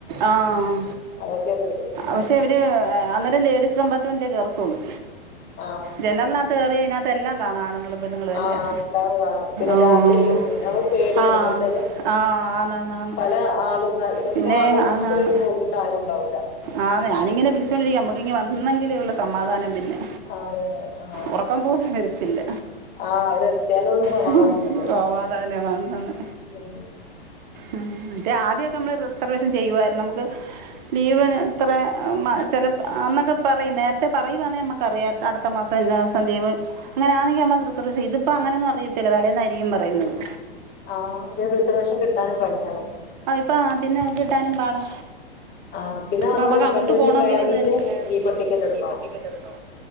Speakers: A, on the right; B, on the left.
A: ആഹ്.
B: അതൊക്കെ പേടി
A: പക്ഷേ ഇവര് അന്നേരം ലേഡീസ് കമ്പാർട്ട്മെന്റിലേ കേറത്തുള്ളൂ.
B: ആഹ്
A: ജനറിനാത് കേറിയ പിന്ന എല്ലാം കാണാം ആണുങ്ങളും പെണ്ണുങ്ങളും എല്ലാം
B: ആഹ് കാണും പിന്നെ
A: ആഹ്
B: രാത്രി നമുക്ക് പേടിയാണ്
A: ആഹ്
B: എന്താ വെച്ചാല്
A: ആ. ആഹ് ആന്നാന്നാ ന്നാണ്
B: പല ആള് ന- ചിലപ്പോ
A: പിന്നെ
B: ആളുകളൊക്കെ
A: ആണ് ആണ്.
B: ഒരു ഗോഗിളിൽ ആരും ഉണ്ടാവൂല
A: ആഹ് ന്ന് ഞാനിങ്ങനെ വിളിച്ചോണ്ടിരിക്കാം നമ്മുക്ക് ഇങ്ങ് വന്നെങ്കിലേ ഉള്ളു സമാധാനം പിന്നെ.
B: അതെ അതെ ആഹ്
A: ഉറക്കം പോകും വരത്തില്ല.
B: ആഹ് അവരെത്തിയാലുള്ളൂ സമാധാനം
A: ആഹ്
B: കിട്ടുക
A: സമാദാനം വന്നന്ന്.
B: ഉം
A: ഉം മറ്റേ ആദ്യമൊക്കെ നമ്മള് റിസർവേഷൻ ചെയ്യുവായിരുന്നു നമുക്ക്. ലീവിന് ഇത്രെ അം മ ചെല അന്നൊക്കെ പറയും നേരത്തെ പറയുവാന്നെ റിയാത്ത അടുത്ത മാസം എല്ലാർക്കും ലീവ്. അങ്ങനെ ആണെങ്കിൽ നമ്മക്ക് റിസർവ് ചെയ്ത് ഇതിപ്പോ അങ്ങനെന്നും അറീയത്തില്ല തലേന്നായിരിക്കും പറയുന്നത്.
B: ആഹ് ഇ റിസർവേഷൻ കിട്ടാനും പണിയാണ്.
A: പാഹ് പിന്നെ ത് കിട്ടാനും പാടാ.
B: ആഹ് പിന്നെ
A: അപ്പ
B: നമ്മള്
A: നമ്മക്ക് അങ്ങോട്ട്
B: മറ്റേതില്
A: പോണെങ്കിലും
B: കയറിയിട്ട്
A: ഇത് തന്നെ കയറീട്ട്
B: സ്ലീപ്പർ ടിക്കറ്റ്
A: സ്ലീപർ
B: എടുക്കണം
A: ടിക്കറ്റ് എടുത്തോ?